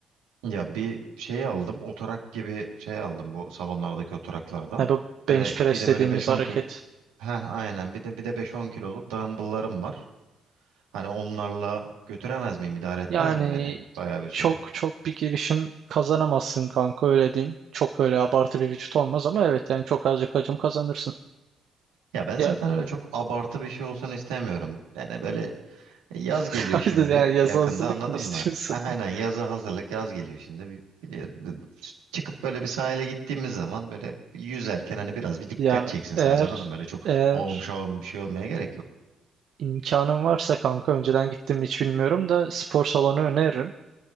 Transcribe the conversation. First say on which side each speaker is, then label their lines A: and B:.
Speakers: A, on the right; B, on the right.
A: Ya bir şey aldım oturak gibi şey aldım bu salonlardaki oturaklardan.
B: Ya bu bench
A: Böyle
B: press
A: bir de
B: dediğimiz
A: böyle beş
B: hareket.
A: on kilo. Heh, aynen bir de bir de beş on kiloluk dumbbell'larım var. Hani onlarla götüremez miyim idare etmez
B: Yani
A: mi beni bayağı bir süre?
B: çok çok bir girişim kazanamazsın kanka öyle diyeyim. Çok böyle abartı bir vücut olmaz ama evet yani çok azıcık hacim kazanırsın.
A: Ya ben
B: Ya
A: zaten öyle çok abartı bir şey olsun istemiyorum. Yani böyle yaz
B: <laughs>
A: geliyor şimdi
B: Yani yazı
A: yakında
B: hazırlık
A: anladın
B: mı istiyorsun?
A: mı? A- Aynen
B: <laughs>
A: yaza hazırlık yaz geliyor şimdi. Bi- biliyorum. Çıkıp böyle bir sahile gittiğimiz zaman böyle yüzerken hani biraz bir dikkat
B: Ya
A: çeksin sadece
B: eğer
A: anladın mı? Böyle çok
B: eğer
A: ağım şağım bir şey olmaya gerek yok.
B: imkanım varsa kanka önceden gittim mi hiç bilmiyorum da spor salonu öneririm.